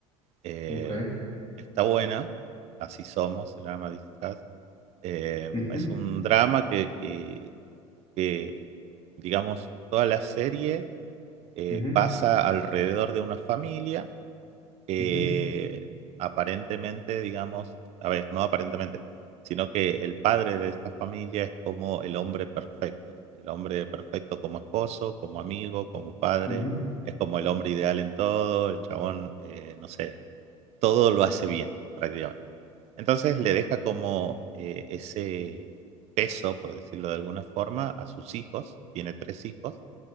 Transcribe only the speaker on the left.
ok,
ujú,
ujú,
ujú,
ujú,